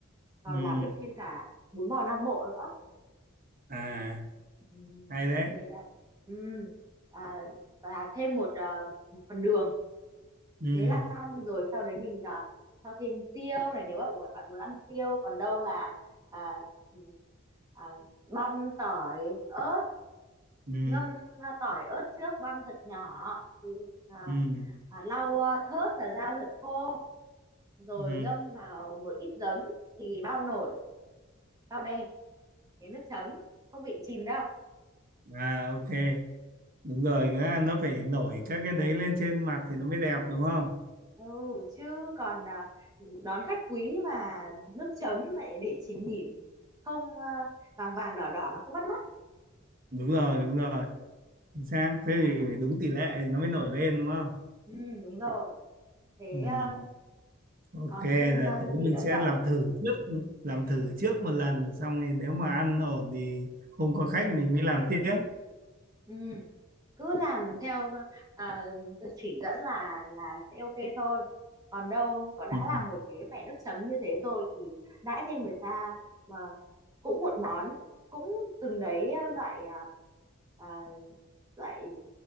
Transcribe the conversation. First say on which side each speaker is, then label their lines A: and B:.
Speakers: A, on the right; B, on the right.
A: còn
B: ừ.
A: làm được thêm cả bún bò Nam Bộ nữa
B: à
A: ừ,
B: hay đấy
A: Thế à? ừ. À, và thêm một à, một phần đường
B: ừ,
A: thế là xong rồi sau đấy mình à, cho thêm tiêu này nếu bạn muốn bạn muốn ăn tiêu còn đâu là à, ừ, à, băm tỏi ớt
B: ừ,
A: ngâm à, tỏi ớt trước băm thật nhỏ Ừ, à,
B: ừ,
A: à, lau à, thớt và rau thật khô rồi
B: ừ.
A: ngâm vào một ít giấm thì bao nổi bao đẹp cái nước chấm không bị chìm đâu
B: à ok đúng rồi nữa nó phải nổi các cái đấy lên trên mặt thì nó mới đẹp đúng không
A: ừ chứ còn à, đón khách quý mà nước chấm lại để chìm nghỉm không à, vàng vàng đỏ đỏ nó không bắt mắt
B: đúng rồi đúng rồi Chính xác thế thì đúng tỷ lệ thì nó mới nổi lên đúng không
A: ừ đúng rồi thế
B: ừ.
A: à,
B: ok
A: còn thêm
B: là
A: à,
B: tới
A: gì
B: mình
A: nữa
B: sẽ
A: nhở
B: làm thử trước làm thử trước một lần xong thì nếu mà ăn ổn thì không có khách mình mới làm tiếp
A: ừ cứ làm theo à, tôi chỉ dẫn là là sẽ ok thôi còn đâu có đã
B: ừ.
A: làm một cái mẻ nước chấm như thế rồi thì đãi thêm người ta mà cũng một món cũng từng đấy à, loại à, à, loại